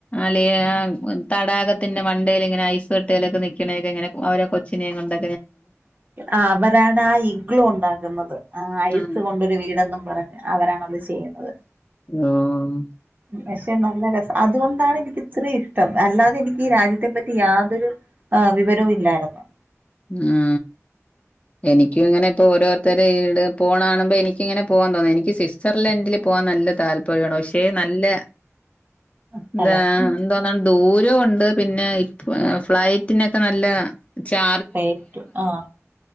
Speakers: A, on the left; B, on the right.
A: അലെ ആ തടാകത്തിന്റെ മണ്ടേല് ഇങ്ങനെ ഐസ് കട്ടേലൊക്കെ നിക്ക്ണേക്കെ ഇങ്ങനെ അവരെക്ക കൊച്ചിനെ കൊണ്ട്
B: അവരാണ് ആ ഇഗ്ലു ഉണ്ടാക് ന്നത് ആ ഐസ്
A: ആഹ്
B: കൊണ്ടൊരു വീടെന്നും പറഞ്ഞ് അവരാണ് അത് ചെ ചെയ്യുന്നത്
A: ആഹ്
B: പക്ഷെ നല്ല രസ അതുകൊണ്ടാണ് എനിക്ക് ഇത്രെയ്‌ ഇഷ്ടം അല്ലാതെ എനിക്ക് ഈ രാജ്യത്തെ പറ്റി യാതൊരു അ വിവരവും ഇല്ലായിരുന്നു
A: ആ എനിക്കു അങ്ങനെ ഇപ്പൊ ഓരോര്ത്തര് പോണാണുമ്പോ എനിക്കിങ്ങനെ പോവാൻ തോന്നു എനിക്ക് സ്വിറ്റ്സർലൻഡില് പോവാൻ നല്ല താല്പ ണ പക്ഷെ നല്ല
B: സ്ഥലം
A: ന്താ ന്തോന്നാണ് ദൂരോ ഉണ്ട് പിന്നെ പ് ഫ്ലയ്റ്റിനോക്കെ നല്ല ചാ
B: നേരിട്ട് ആഹ്